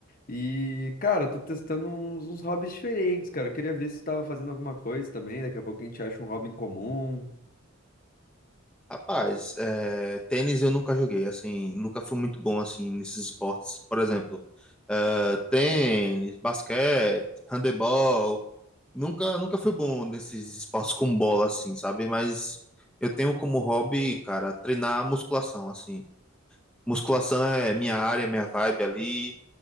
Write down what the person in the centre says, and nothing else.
Rapaz, é, tênis eu nunca joguei, assim, nunca fui muito bom, assim, nesses esportes. Por exemplo, é, tênis, basquete, handebol. Nunca, nunca fui bom nesses esportes com bola, assim, sabe? Mas eu tenho como hobby, cara, treinar musculação, assim. Musculação é minha área, minha vibe ali.